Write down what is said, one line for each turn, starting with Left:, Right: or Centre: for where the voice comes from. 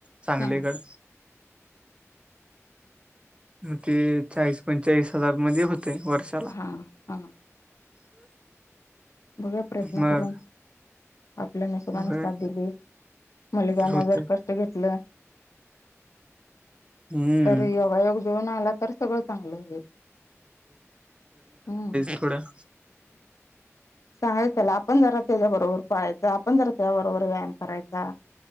Right: सांगलीकड
Left: हम्म
Right: मग ते चाळीस पंचाळीस हजार मध्ये होते वर्षात.
Left: हा हा
Right: <unintelligible>
Left: बघा प्रयत्न
Right: मग
Left: करून. आपल्याने नशिबानी
Right: होय
Left: साथ दिली मुलग्यान
Right: तर होते
Left: जर कष्ट घेतलं
Right: हम्म
Left: तर योगायोग जुळून आला तर सगळं चांगलं होईल हम्म
Right: कड <unintelligible>
Left: सांगायचं त्याला आपण जरा त्याच्याबरोबर पाळायचं आपण जरा त्या बरोबर व्यायाम करायचा.